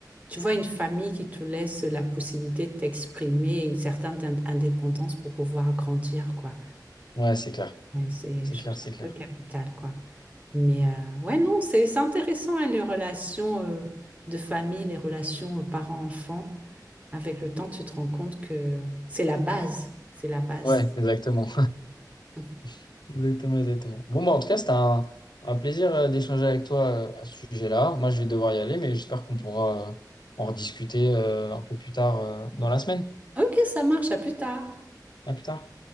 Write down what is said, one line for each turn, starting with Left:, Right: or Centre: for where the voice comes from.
Right: tu vois, une famille qui te laisse la possibilité de t'exprimer et une certaine in- indépendance pour pouvoir grandir, quoi.
Left: Ouais, c'est clair.
Right: Ouais, C'est,
Left: C'est
Right: je
Left: clair,
Right: trouve ça
Left: c'est
Right: un
Left: clair.
Right: peu capital, quoi. Mais euh, ouais, non, c'est c'est intéressant, hein, les relations euh, de famille, les relations euh, parents-enfants. Avec le temps, tu te rends compte que c'est la base. C'est la base.
Left: Ouais, exactement.
Right: Mmh.
Left: <laughs> Exactement, exactement. Bon, bah, en tout cas, c'était un, un plaisir euh, d'échanger avec toi euh, à ce sujet-là. Moi, je vais devoir y aller, mais j'espère qu'on pourra euh, en rediscuter euh, un peu plus tard euh, dans la semaine.
Right: Ok, ça marche. À plus tard.
Left: À plus tard.